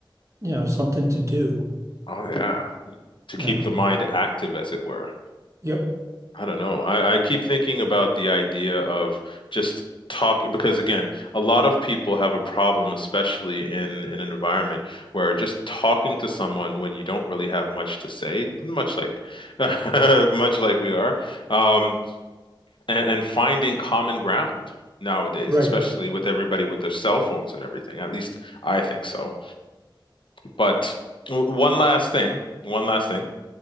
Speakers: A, on the right (about 35°); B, on the left (about 75°).
A: you know, something to do,
B: Oh yeah. to keep
A: you know.
B: the mind active, as it were.
A: Yep,
B: I don't know. I, I keep thinking about the idea of just talking because again, a lot of people have a problem, especially in, in an environment where just talking to someone when you don't really have much to say, much like <laughs> much like we are, um, and, and finding common ground nowadays,
A: right.
B: especially with everybody with their cell phones and everything. At least I think so. But one last thing, one last thing.